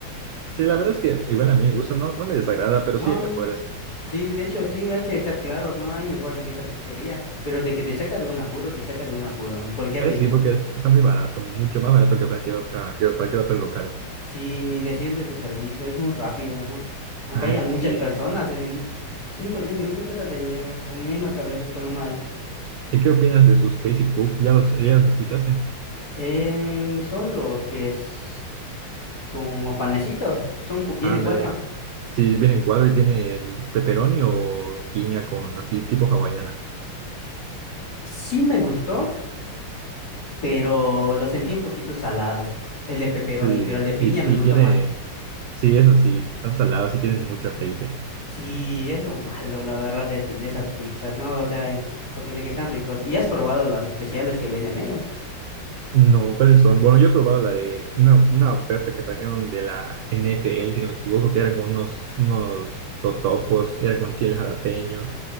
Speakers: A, on the right; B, on the left.
A: Sí, la verdad es que igual a mí me gusta, no, no me desagrada, pero
B: No,
A: sí hay mejores.
B: sí, de hecho, sí, hay que ser claros, ¿no? Hay mejores que esa pizzería, pero de que te saca de un apuro, te saca de un apuro, en cualquier
A: Eso
B: día.
A: sí, porque es- está muy barato, mucho más barato que cualquier otra, que cualquier otro local.
B: Sí, ni decir de su servicio, es muy rápido, ¿no? Aunque
A: Ah,
B: haya
A: eso
B: muchas
A: sí.
B: personas, en 5 o 10 minutos ya te atendieron, o menos a veces, pero no hay.
A: ¿Y qué opinas de sus Crazy Puff? ¿Ya los, ya los escuchaste?
B: Eh, son los que es. como panecitos, son, cu- vienen
A: Ándale.
B: cuatro.
A: Si vienen cuadro y tienen pepperoni o piña con así tipo hawaiana.
B: Sí me gustó, pero lo sentí un poquito salado, el de pepperoni,
A: Sí,
B: pero el de
A: y,
B: piña me gustó
A: y tiene,
B: más.
A: sí, eso sí, están salados y tienen mucho aceite.
B: Sí, es lo malo, la verdad, de, de esas pizzas, ¿no? O sea, eh, porque sé que están ricos. ¿Y has probado las especiales que venden ellos?
A: No, ¿cuáles son? Bueno, yo he probado la de una, una oferta que trajeron de la NFL, si no me equivoco, que eran con unos, unos totopos, era con chile jalapeño.